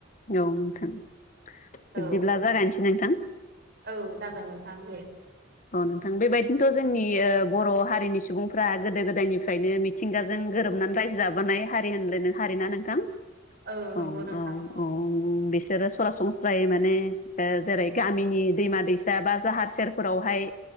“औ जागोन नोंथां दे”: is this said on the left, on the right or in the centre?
Right